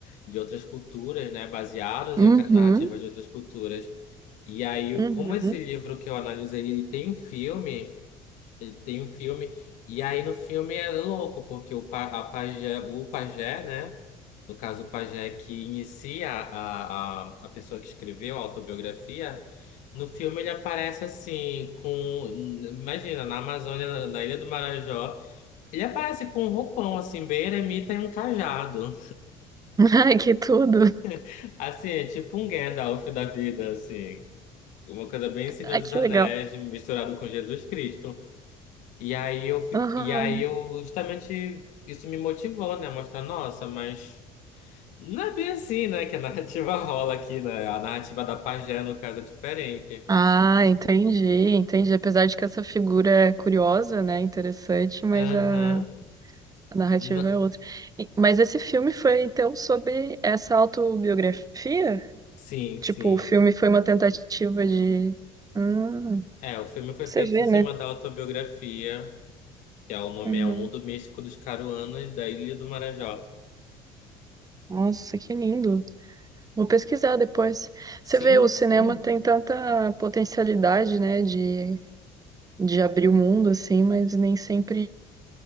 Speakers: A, on the left; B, on the right.
A: de outras culturas, né? Baseados
B: Uhum,
A: em ca- narrativas de outras culturas. E aí,
B: uhum.
A: como esse livro que eu analisei, ele tem um filme, ele tem um filme, e aí no filme é louco, porque o, pa- a pajé, o pajé, né? No caso, o pajé que inicia a, a, a pessoa que escreveu a autobiografia, no filme ele aparece assim, com. Imagina, na Amazônia, na Ilha do Marajó, ele aparece com um roupão, assim, bem eremita e um cajado.
B: <laughs> Ai, que tudo!
A: <laughs> Assim, é tipo um Gandalf da vida, assim. Uma coisa bem Senhor
B: Ai,
A: dos
B: que
A: Anéis,
B: legal.
A: misturado com Jesus Cristo. E aí eu, fi-
B: Aham.
A: e aí eu justamente isso me motivou, né? Mostrar, nossa, mas. Não é bem assim, né? Que a narrativa <laughs> rola aqui, né? A narrativa da pajé, no caso, é diferente.
B: Ah, entendi, entendi. Apesar de que essa figura é curiosa, né, interessante, mas
A: Aham.
B: a, a narrativa
A: Na-
B: é outra. E- mas esse filme foi, então, sobre essa autobiografia?
A: Sim,
B: Tipo,
A: sim.
B: o filme foi uma tentativa de... Hum,
A: É, o filme foi
B: você
A: feito
B: vê,
A: em cima
B: né?
A: da autobiografia, que é o nome
B: Uhum.
A: é O Mundo Místico dos Caruanas da Ilha do Marajó.
B: Nossa, que lindo. Vou pesquisar depois.
A: Sim,
B: Você vê, o cinema
A: sim.
B: tem tanta potencialidade, né, de, de abrir o mundo, assim, mas nem sempre